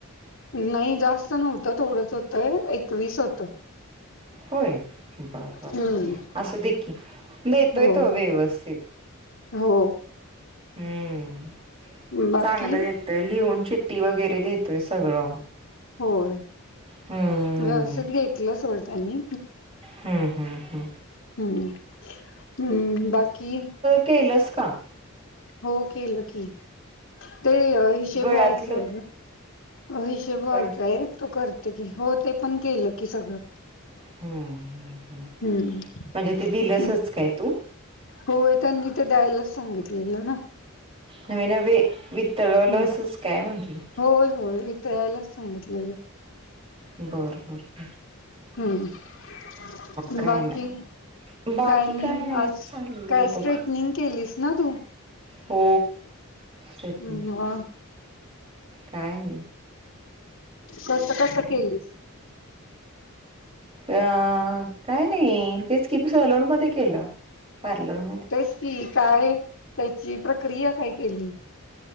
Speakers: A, on the left; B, on the right.
A: नाही जास्त नव्हतं थोडंच होत एकवीस होत.
B: होय बर बर
A: हम्म
B: असू दी की देतोय
A: हो
B: तो व्यवस्थित
A: हो
B: हम्म
A: बाकी
B: चांगलं देतोय लिहून चिट्टी वगैरे देतोय सगळं
A: होय
B: हम्म
A: व्यवस्थित घेतलं सोड त्यांनी
B: हम्म हम्म हम्
A: हम्म हम्म बाकी
B: केलस का?
A: हो केलं की ते हिशेब
B: गळ्यातलं
A: व्हायचय हिशेब व्हायचा
B: गळ
A: आहे तो करत हो ते पण केलं की सगळं
B: हम्म
A: हम्म
B: म्हणजे ते दिलंसच
A: हम्म.
B: काय तू
A: होय त्यांनी ते द्यायलाच सांगितलेलं ना
B: नवे नवे वितळवलंसच
A: हम्म
B: काय म्हटलं
A: होय होय. तळायलाच सांगितलेलं
B: बर बर बरं
A: हम्म
B: काय
A: बाकी
B: नाही बाकी
A: काय नाही आज
B: चाललंय
A: काय
B: बघ
A: स्ट्रेटनिंग केलीस ना तू
B: हो स्टेफनी
A: मग
B: काय नाही.
A: कस कस केलीस
B: अ काय नाही तेच कि सलोण मध्ये केलं. पारलर म
A: तेच की काही त्याची प्रक्रिया काय केली?